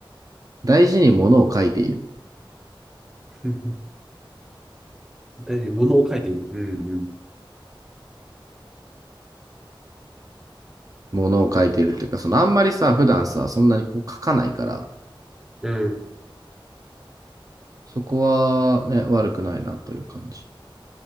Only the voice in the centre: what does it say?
<laughs> うん大事に物を書いている。うん
うん。うん。